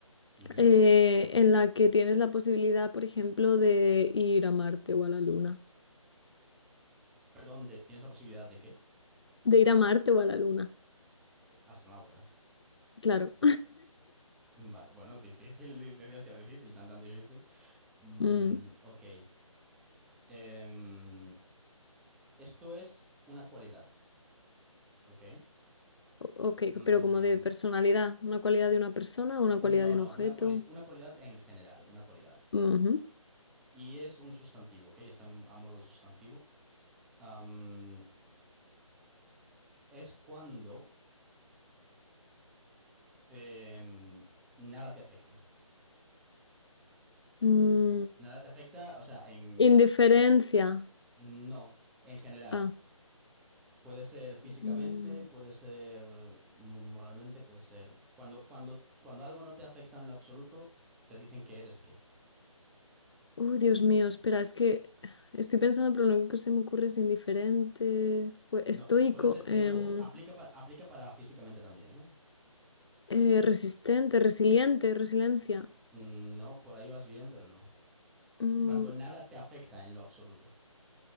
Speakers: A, in the centre; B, on the left.
A: Ujú.
B: eh, en la que tienes la posibilidad, por ejemplo, de ir a Marte o a la Luna.
A: Perdón, de- ¿tienes la posibilidad de qué?
B: De ir a Marte o a la Luna,
A: Astronauta.
B: claro.
A: Vale, bueno, difícil, di- decías que era difícil, tan tan difícil.
B: <laughs>
A: Mm,
B: Mm.
A: ok. Em, esto es una cualidad, ¿ok?
B: O- Ok,
A: Mm,
B: pero como de personalidad, una cualidad de una persona, una cualidad
A: no,
B: de un
A: no,
B: objeto.
A: una cuali- una cualidad en general, una cualidad.
B: Ujú.
A: Y es un sustantivo, ¿ok? Está en- a modo de sustantivo. Am, es cuando em, nada te afecta.
B: Mm,
A: Nada te afecta, o sea, en...
B: indiferencia.
A: No, en general.
B: Ah.
A: Puede ser físicamente,
B: Mm.
A: puede ser mo- moralmente, puede ser... Cuando, cuando, cuando algo no te afecta en lo absoluto, te dicen que eres qué.
B: Uy, Dios mío, espera, es que estoy pensando, pero lo único que se me ocurre es indiferente, fue estoico,
A: No, puede ser,
B: em,
A: de nuevo, aplica para, aplica para físicamente también, ¿eh?
B: eh, resistente, resiliente, resiliencia.
A: Mm, No, por ahí vas bien, pero no.
B: Mm,
A: Cuando nada te afecta en lo absoluto.